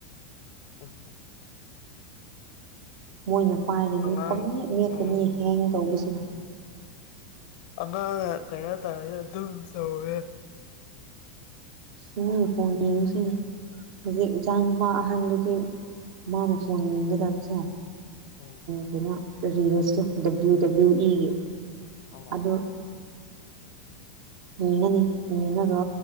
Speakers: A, on the left; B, on the right.
A: ꯎꯝ
B: ꯃꯣꯏꯅ ꯄꯥꯏꯔꯅꯤ
A: ꯑꯉꯥꯡ
B: ꯄꯪꯃꯦꯠ ꯃꯦꯠꯀꯅꯤ
A: ꯎꯝ
B: ꯍꯦꯡ ꯇꯧꯕꯁꯤꯅ
A: ꯑꯉꯥꯡꯅ ꯀꯩꯅꯣ ꯇꯧꯔꯩꯗꯣ ꯑꯗꯨꯝ ꯁꯧꯋꯦ
B: ꯑꯁ ꯃꯣꯏꯅ ꯐꯣꯟ ꯌꯦꯡꯕꯁꯦ ꯍꯧꯖꯤꯛ ꯏꯆꯥ ꯅꯨꯄꯥ ꯑꯍꯟꯗꯨꯗꯤ ꯃꯥꯅ ꯐꯣꯟ ꯌꯦꯡꯒꯗꯕꯁꯦ
A: ꯎꯝ
B: ꯀꯩꯅꯣ ꯔꯤꯜꯁꯇꯣ ꯗꯕ꯭ꯂꯤꯎ ꯗꯕ꯭ꯂꯤꯎ ꯏꯒꯤ
A: ꯑꯣ
B: ꯑꯗꯨ ꯌꯦꯡꯉꯅꯤ ꯌꯦꯡꯉꯒ